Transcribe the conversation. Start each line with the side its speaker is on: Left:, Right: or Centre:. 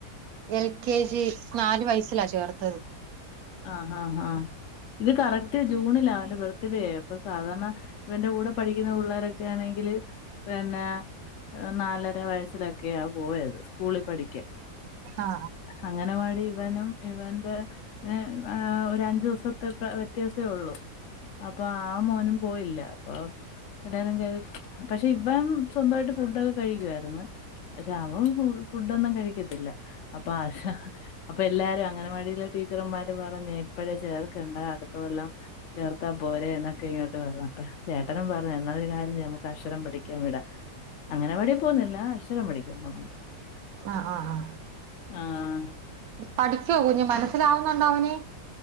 Right: എൽ കെ ജി നാലു വയസ്സിലാ ചേർത്തത്
Left: ആഹ് ആഹ ആഹ ഇത് കറക്റ്റ് ജൂണില അവന്റെ ബർത്ത്ഡേ അപ്പൊ സാധാരണ ഇവന്റെ കൂടെ പഠിക്കുന്ന പിള്ളേരൊക്കെ ആണെങ്കിൽ പിന്നെ നാലര വയസ്സിലാ ഒക്കെയ പോയത് സ്കൂളിൽ പഠിക്കാ
Right: ആ ആ
Left: അംഗൻവാടി ഇവനും ഇവന്റെ പിന്നെ ഒരു അഞ്ചു ദിവസം വ്യത്യാസേള്ളൂ അപ്പൊ ആ മോനും പോയില്ല അപ്പൊ എല്ലാരും കേ പക്ഷെ ഇവൻ സ്വന്തമായിട്ട് ഫുഡൊക്കെ കഴിക്കുവരുന്നു പക്ഷ അവൻ ഫുഡൊന്നും കഴിക്കത്തില്ല അപ്പൊ ആ അപ്പൊ എല്ലാരും അംഗനവാടി - ടീച്ചർന്മാര് പറഞ്ഞ ഇപ്പഴേ ചേർക്കണ്ട അടുത്ത കൊല്ലാം ചേർത്താ പോര എന്നൊക്കെ ഇങ്ങോട്ട് പറഞ്ഞ പ്പോൾ ചേട്ടനും പറഞ്ഞു എന്നരു കാര്യംഞമുക്ക് അക്ഷരം പഠിക്കാൻ വിടാം അംഗൻവാടി പോകുന്നില്ല അക്ഷരം പടിക്കാൻ പോന്നുണ്ട്
Right: ആഹ ആഹ ആഹ
Left: ആഹ
Right: പഠിക്കുവോ കുഞ്ഞ് മനസ്സിലാവുന്നുണ്ടോ അവനെ